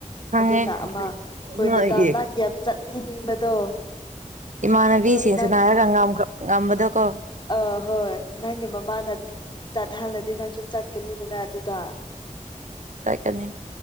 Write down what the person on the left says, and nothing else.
ꯑꯗꯨꯅ ꯑꯃ ꯑꯩꯈꯣꯏꯅ
ꯇ ꯅꯪ ꯌꯥꯝ ꯆꯠꯅꯤꯡꯕꯗꯣ
ꯑꯗꯨ ꯅꯪ
ꯑ ꯍꯣꯏ ꯅꯪꯒꯤ ꯃꯃꯥꯅ ꯆꯠꯍꯜꯂ ꯑꯗꯨꯗꯤ ꯅꯪꯁꯨ ꯆꯠꯀꯅꯤꯗꯅ ꯑꯗꯨꯗ